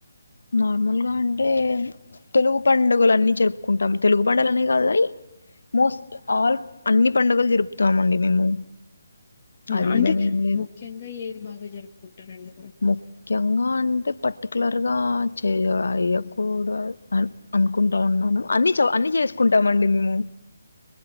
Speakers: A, on the left; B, on the left.
A: నార్మల్గా అంటే తెలుగు పండుగలు అన్నీ జరుపుకుంటాం. తెలుగు పండుగలనే కాదు కానీ మోస్ట్ ఆల్ అన్ని పండుగలు జరుపుతామండి మేము.
B: అవున
A: అది
B: అంటే
A: ఇదని ఏం లేదు
B: ముఖ్యంగా ఏది బాగ జరుపుకుంటరండి బా
A: ముఖ్యంగా అంటే పర్టికులర్గా చేయ్య అయ్యకూడ అ అనుకుంటా ఉన్నాను. అన్ని చ అన్ని చేసుకుంటామండి మేము.